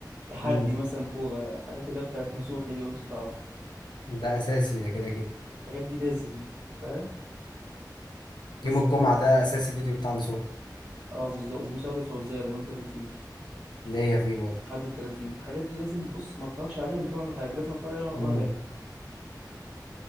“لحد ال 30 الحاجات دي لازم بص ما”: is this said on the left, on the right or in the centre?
Right